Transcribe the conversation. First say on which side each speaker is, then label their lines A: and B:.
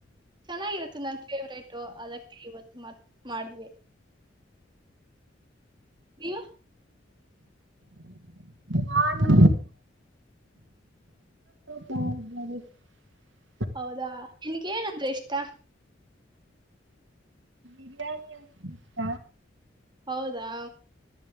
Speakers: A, on the right; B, on the right.
A: ಚೆನ್ನಾಗಿರುತ್ತೆ ನಂಗೆ <unintelligible> ಫೇವ್ರೇಟ್ ಅದಕ್ಕೆ ಇವತ್ತು ಮತ್ ಮಾಡ್ವಿ ನೀವು
B: ನಾನು ಪುಳಿಯೋಗರೆ <unintelligible>
A: ಹೌದಾ ನಿನ್ಗ್ ಏನಂದ್ರ ಇಷ್ಟ
B: ಬಿರಿಯಾನಿ ಅಂದ್ರೆ ಇಷ್ಟ
A: ಹೌದಾ